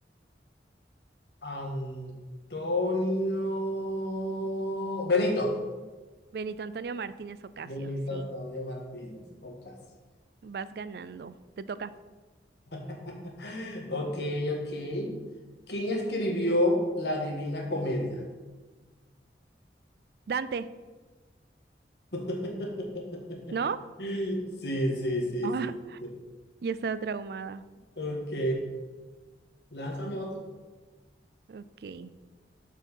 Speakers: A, on the left; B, on the right.
A: <laughs> Antonio Benito.
B: Benito Antonio Martínez Ocasio,
A: Benito
B: sí,
A: Antonio Martínez, o casi.
B: vas ganando. Te toca.
A: <laughs> Ok, ok. ¿Quién escribió La Divina Comedia?
B: Dante,
A: <laughs>
B: ¿no?
A: Sí, sí, sí,
B: Ah, <laughs>
A: sí.
B: ya estaba traumada.
A: Ok. Lánzame otra.
B: Ok.